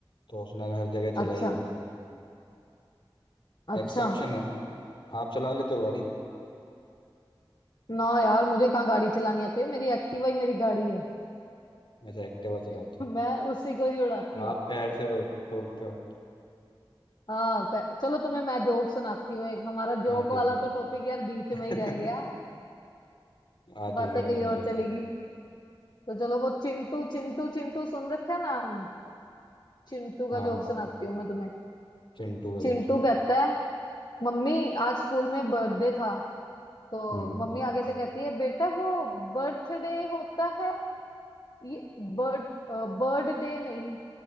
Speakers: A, on the left; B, on the left.
A: तो उसने हर जगह चलाई
B: अच्छा
A: है वहां से
B: अच्छा
A: एक्सेप्शन है आप चला लेते हो गाड़ी
B: ना यार मुझे कहाँ गाड़ी चलानी आती है मेरी एक्टिवा ही मेरी गाड़ी है
A: अच्छा एक्टिवा चलाते
B: <laughs>
A: हो
B: मैं उसी को ही उड़ाती
A: आप पैर से रो रोकते हो
B: हाँ पे- चलो तुम्हें मैं जोक सुनाती हूँ एक हमारा जोक
A: हाँ ठीक
B: वाला
A: है ठीक
B: तो टॉपिक यार बीच में ही रह गया
A: <laughs> हाँ ठीक
B: बातें
A: है आप
B: कहीं
A: सुनाइए
B: और चलेगी तो चलो वो चिंटू चिंटू चिंटू सुन रखा है नाम चिंटू
A: हाँ
B: का जोक सुनाती हूँ मैं तुम्हें
A: चिंटू का
B: चिंटू
A: जोक सुनाइए
B: कहता है मम्मी आज स्कूल में बर्थडे था तो
A: हम्म
B: मम्मी आगे से कहती है बेटा वो बर्थडे होता है ये बर्थ बर्थडे नहीं